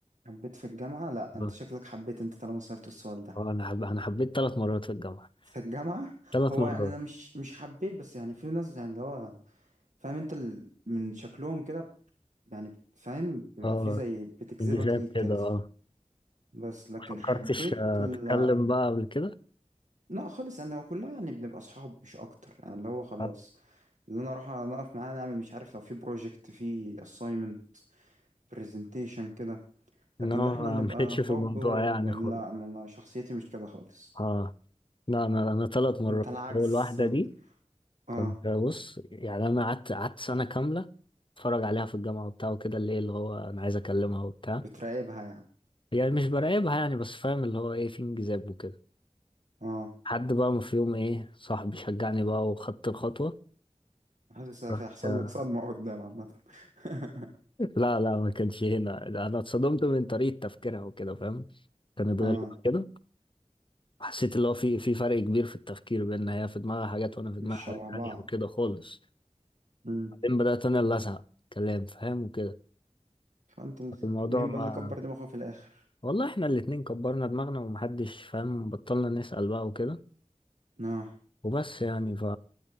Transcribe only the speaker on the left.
اه
آه، أنا حب... أنا حبيت ثلاث مرات في الجامعة
ثلاث
مرات
اه
انجذاب
كده
اه
ما فكرتش
آه،
أتكلم بقى قبل كده
آه.
إنما
ما
مشيتش
في الموضوع
يعني
خالص
اه لا أنا أنا ثلاث مرات
أول واحدة
دي
كنت بص يعني أنا قعدت قعدت سنة كاملة اتفرج عليها في الجامعة وبتاع وكده اللي إيه اللي هو أنا عايز أكلمها وبتاع
يعني مش براقبها يعني بس فاهم اللي هو ايه في انجذاب وكده
حد بقى ما في يوم ايه صاحبي شجعني بقى وخدت الخطوة
رحت
<laughs>
لا لا ما كانش هنا انا اتصدمت من طريقة تفكيرها وكده فاهم كانت
غريبة كده حسيت اللي هو في في فرق كبير في التفكير بان هي في دماغها حاجات وانا في
دماغي حاجات
تانية وكده خالص
بعدين بدأت انا اللي ازهق كلام فاهم وكده
الموضوع
ما
والله احنا الاتنين كبرنا دماغنا ومحدش فاهم بطلنا نسأل بقى وكده
وبس يعني ف